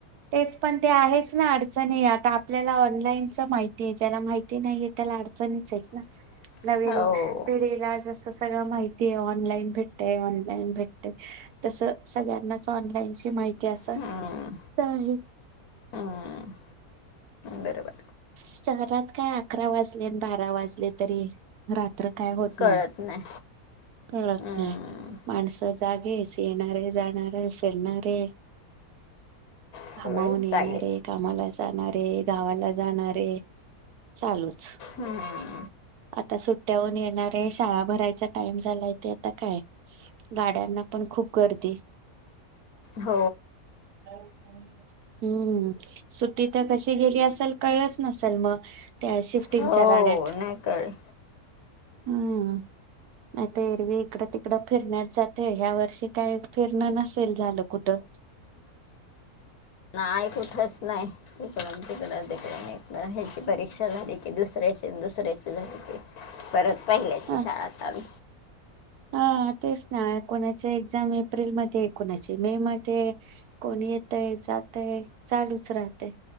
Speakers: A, on the right (about 80°); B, on the left (about 75°).
A: तेच पण ते आहेच ना अडचणी आता आपल्याला ऑनलाईनच माहिती आहे, ज्याला माहिती नाहीये त्याला अड चणीच आहेत ना,
B: <inaudible>
A: नवीन
B: हो
A: पिढीला जसं तर सगळं माहिती आहे ऑनलाईन भेटतयं, ऑनलाईन भेटते, तसं सगळ्यांनाच ऑनलाईन ची माहिती असं
B: हम्म,
A: नाही.
B: हम्म. बरोबर
A: शहरात काय अकरा वाजले आणि बारा वाजले तरी रात्र- काय होत
B: कळत
A: नाय,
B: नाही
A: कळत
B: हम्म,
A: नाय. माणसं जागेच, येणारे, जाणारे, फिरणारे,
B: सगळे
A: कामाहून येणारे,
B: जागे
A: कामाला जाणारे, गावाला जाणारे, चालूच.
B: हम्मम
A: आता सुट्ट्याहून येणारे, शाळा भरायचा टाइम झालाय ते आता काय, गाड्यांना पण खूप गर्दी
B: हो
A: ह हम्म, सुट्टी तर कशी गेली असल कळलंच नसेल मग. त्या शिफ्टिंगच्या
B: हो
A: राड्यात.
B: नाही कळलं.
A: हम्म नाहीतर एरवी इकडं तिकडं फिरण्यात जातय, ह्या वर्षी काय फिरणं नसेल झालं कुठं.
B: काय कुठंच नाही. इकडुन तिकड, तिकडुन ईकडं, ह्याची परीक्षा झाली की दुसऱ्याची दुसऱ्याची झाली की. परत पहिल्याची
A: ह
B: शाळा चालु.
A: हा तेच ना, कोणाची एक्झाम एप्रिलमध्ये, कोणाची मे मध्ये, कोणी येतय जातय चालूच राहतय,